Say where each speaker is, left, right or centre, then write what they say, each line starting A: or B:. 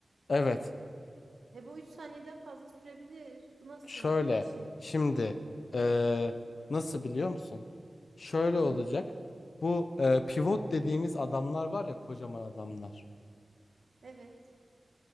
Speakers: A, on the left; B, on the right.
A: Evet.
B: E bu 3 saniyeden fazla sürebilir. Bu nasıl
A: Şöyle
B: bir şey?
A: şimdi eee, nasıl biliyor musun? Şöyle
B: Hı,
A: olacak. Bu eee, pivot dediğimiz adamlar var ya kocaman adamlar.
B: evet.